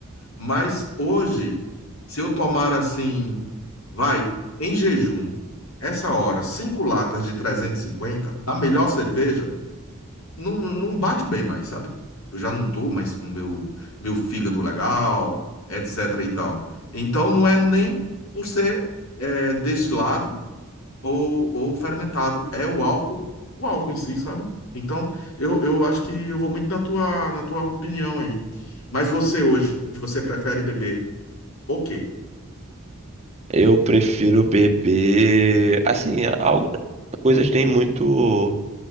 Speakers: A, on the left; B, on the right.
A: Mas hoje, se eu tomar assim, vai, em jejum, essa hora, cinco latas de 350 da melhor cerveja, não, não bate bem mais, sabe? Eu já não tô mais com meu meu fígado legal, etc e tal. Então não é nem por ser é, destilado ou, ou fermentado, é o álcool, o álcool em si, sabe? Então eu, eu acho que eu vou muito na tua na tua opinião aí. Mas você hoje, você prefere beber o quê?
B: Eu prefiro beber, assim, é algo, coisas nem muito